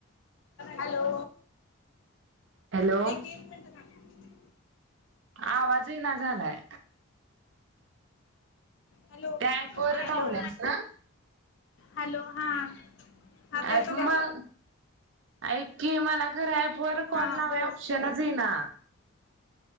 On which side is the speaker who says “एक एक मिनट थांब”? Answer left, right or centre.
Left